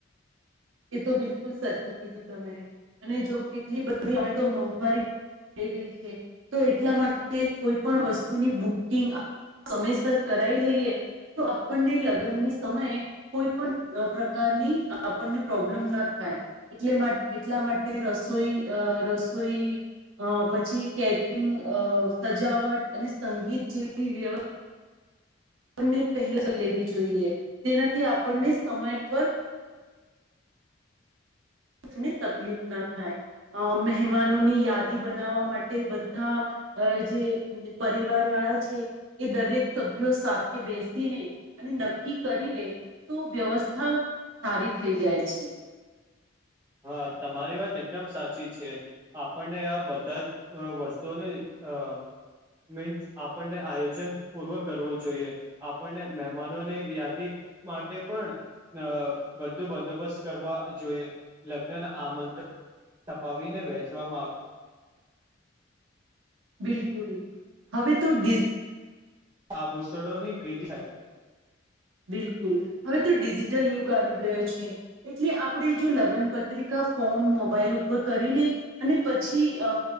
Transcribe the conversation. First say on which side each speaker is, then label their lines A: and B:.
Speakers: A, on the right; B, on the right.
A: એ તો બિલકુલ સાચું કીધું તમે અને જો કેટલી બધી હમે તો મોંઘવારી થઈ ગઈ છે તો એટલા માટે કોઈ પણ વસ્તુની બુકિંગ સમેયસર કરાઈ લઈએ તો આપણને લગનની સમયે કોઈ પણ પ્રકારની આપણને પ્રોબ્લેમ ના થાય એટલા મા એટલા માટે રસોઈ અ રસોઈ અ પછી કેટરિંગ અ સજાવટ અને સંગીત જેવી વ્ય એની પહેલા લેવી જોઈએ તેનાથી આપણને સમય પર ની તકલીફ ના થાય અ મહેમાનોની યાદી બનાવા માટે બધા અ જે પરિવાર વાળા છે એ દરેક સભ્યો સાથે બેસીને અને નક્કી કરીલે તો વ્યવસ્થા સારી થઈ જાય છે.
B: હા તમારી વાત એકદમ સાચી છે આપણને આ બધા અ વસ્તુઓની અ મીન્સ આપણને આયોજન પૂર્વ કરવું જોઈએ આપણને મહેમાનોની યાદી માટે પણ અ બધું બંદોબસ્ત કરવા જોઈએ લગ્નના આમન્ત્રણ <inaudible> પતાવીને વહેંચવામાં આવ્યું
A: બિલકુલ હવે તો ડિ
B: આ ભૂસડોની <unintelligible>
A: બિલકુલ હવે તો ડિજિટલ યુગ આવી ગયો છે એટલે આપણે જો લગન પત્રિકા ફોન મોબાઈલ ઉપર કરીને અને પછી અ